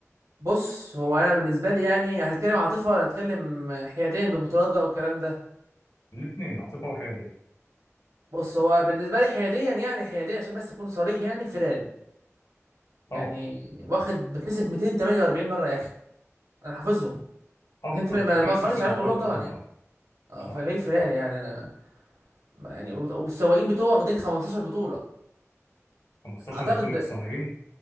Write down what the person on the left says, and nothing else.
الاثنين عاطفه وحياديه
طبعا
اكتر
فريق
كسب
بطولات
فورمولا
1
صح
15
بطوله صانعين